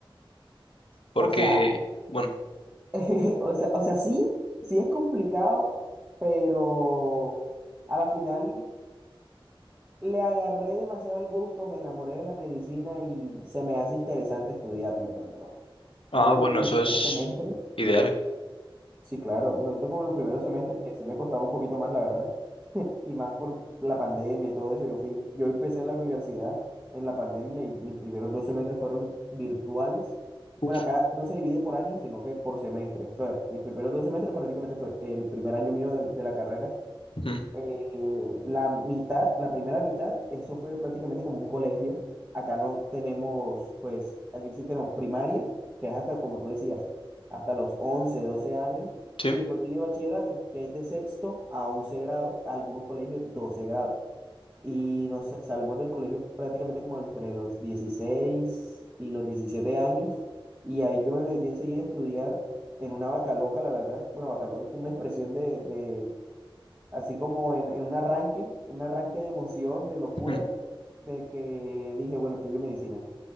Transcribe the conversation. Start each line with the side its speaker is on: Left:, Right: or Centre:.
Left: porque,
Right: O sea,
Left: bueno,
Right: <laughs> o sea, o sea, sí, sí es complicado, pero a la final le agarré demasiado el gusto, me enamoré de la medicina y se me hace interesante estudiarla en realidad.
Left: ah,
Right: No tanto
Left: bueno,
Right: como los
Left: eso
Right: primeros
Left: es
Right: semestres,
Left: ideal.
Right: Sí, claro, no tanto como los primeros semestres, que sí me costaba un poquito más, la verdad. <laughs> Y más por la pandemia y todo eso. Yo fui, yo empecé la universidad en la pandemia y mis primeros dos semestres fueron virtuales.
Left: Uf.
Right: Bueno, acá no se divide por años, sino que por semestres O sea, mis primeros dos semestres prácticamente fue el primer año mío de, de la carrera
Left: Mm,
Right: eh, la mitad, la primera mitad, eso fue prácticamente como un colegio. Acá no tenemos, pues, aquí sí tenemos primaria, que es hasta, como tú decías, hasta los 11 12 años.
Left: Sí,
Right: Y después sigue bachillerato, que es de sexto a 11 grado, algunos colegios 12 grados. Y nos sa- salimos del colegio prácticamente como entre los 16 y los 17 años. Y ahí yo me metí enseguida a estudiar en una vaca loca, la verdad. Bueno, vaca loca es como una expresión de de, así como en, en un arranque, un arranque de emoción, de locura,
Left: mm,
Right: de que dije, bueno, estudio medicina.